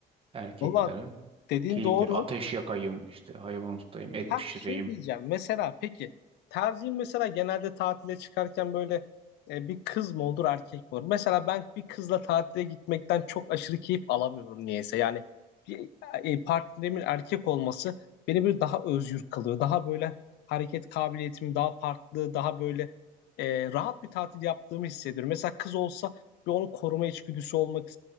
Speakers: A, on the right; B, on the left.
A: erkeklere.
B: valla dediğin
A: Keyif
B: doğru.
A: ver. Ateş yakayım, işte hayvan tutayım, et
B: Ha
A: pişireyim.
B: şey diyeceğim mesela peki tercihin mesela genelde tatile çıkarken böyle e, bir kız mı olur erkek mi olur? Mesela ben bir kızla tatile gitmekten çok aşırı keyif alamıyorum niyeyse. Yani bir e, partnerimin erkek olması beni böyle daha özgür kılıyor. Daha böyle hareket kabiliyetim daha farklı daha böyle e, rahat bir tatil yaptığımı hissediyorum. Mesela kız olsa bir onu koruma içgüdüsü olmak